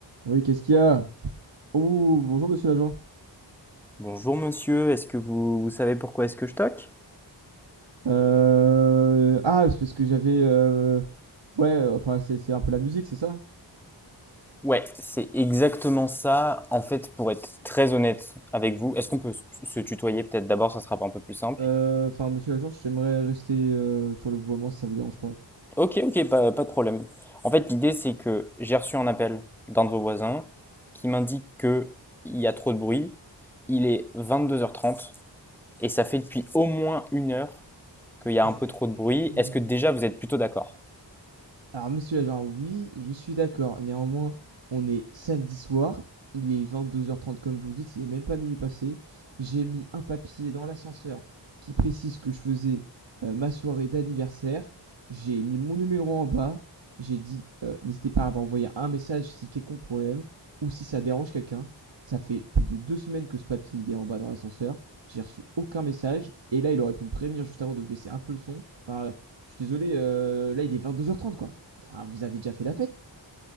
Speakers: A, on the right (about 70°); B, in the centre.
A: Oui, qu'est-ce qu'il y a? Put- Oh, bonjour monsieur l'agent.
B: Bonjour monsieur, est-ce que vous, vous savez pourquoi est-ce que je toque
A: Euh... Ah, c'est parce que j'avais... euh, Ouais, euh, enfin c'est c'est un peu la musique, c'est ça?
B: Ouais, c'est exactement ça. En fait, pour être très honnête avec vous, est-ce qu'on peut s- se tutoyer peut-être d'abord, ça sera un peu plus simple.
A: Euh, Enfin monsieur l'agent, j'aimerais rester euh, sur le vouvoiement si ça vous dérange pas.
B: Ok, ok, pas, pas de problème. En fait, l'idée c'est que j'ai reçu un appel d'un de vos voisins qui m'indique que il y a trop de bruit. Il est 22h30 et ça fait depuis au moins une heure qu'il y a
A: Ouais.
B: un peu trop de bruit. Est-ce que déjà vous êtes plutôt d'accord?
A: Alors, monsieur l'agent, oui, je suis d'accord. Néanmoins, on est samedi soir. Il est 22h30, comme vous le dites. Il est même pas minuit passé. J'ai mis un papier dans l'ascenseur qui précise que je faisais euh, ma soirée d'anniversaire. J'ai mis mon numéro en bas. J'ai dit, euh, n'hésitez pas à m'envoyer un message si quelconque problème ou si ça dérange quelqu'un. Ça fait plus de deux semaines que ce papier il est en bas dans l'ascenseur. J'ai reçu aucun message. Et là, il aurait pu me prévenir juste avant de baisser un peu le son. Enfin, je suis désolé, euh, là, il est 22h30, quoi. Enfin, vous avez déjà fait la fête